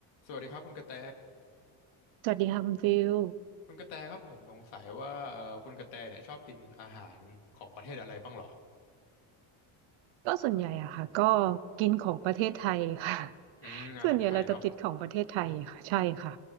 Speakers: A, on the left; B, on the right.
A: สวัสดีครับคุณกระแต
B: สวัสดีค่ะคุณฟิล
A: คุณกระแตครับผมสงสัยว่าเอ่อคุณกระแตเนี่ยชอบกินอาหารของประเทศอะไรบ้างเหรอ
B: ก็ส่วนใหญ่อะค่ะก็กินของประเทศไทยค่ะ <laughs>
A: อืมอาหารไทยเนาะ
B: ส่วนใหญ่เราจะติดของประเทศไทยค่ะใช่ค่ะ